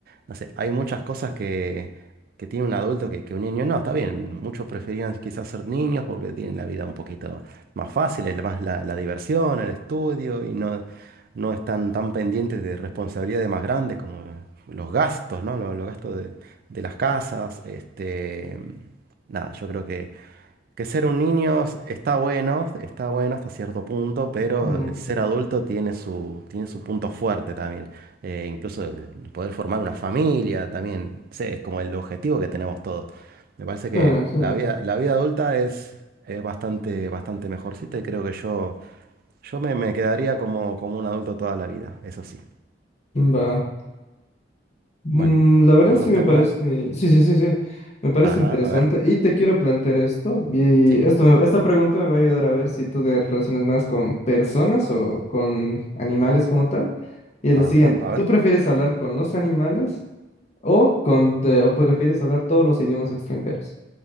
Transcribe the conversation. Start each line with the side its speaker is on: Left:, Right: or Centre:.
Right: no sé, hay muchas cosas que, que tiene un adulto que, que un niño no, está bien. Muchos preferían quizás ser niños porque tienen la vida un poquito más fácil, es más la, la diversión, el estudio y no, no están tan pendientes de responsabilidades más grandes como los gastos, ¿no? Los, los gastos de de las casas. Este, nada, yo creo que, que ser un niño está bueno, está bueno hasta cierto punto, pero
Left: Mm.
Right: eh, ser adulto tiene su, tiene su punto fuerte también. Eh, incluso el poder formar una familia también, no sé, es como el objetivo que tenemos todos. Me parece que
Left: Eh, sí,
Right: la vida, la vida adulta es, es bastante, bastante mejorcita y creo que yo, yo me, me quedaría como, como un adulto toda la vida, eso sí.
Left: va. Mm,
Right: Bueno,
Left: la verdad
Right: ¿pensaste
Left: sí me parece,
Right: alguna?
Left: sí, sí, sí, sí, me parece
Right: Ajá,
Left: interesante
Right: a ver.
Left: y te quiero plantear esto y
Right: Sí.
Left: esto, esta pregunta me va a ayudar a ver si tú te relacionas más con personas o con animales como tal. Y es
Right: Ajá,
Left: lo siguiente,
Right: a ver.
Left: ¿tú prefieres hablar con los animales O, con te- o prefieres hablar todos los idiomas extranjeros,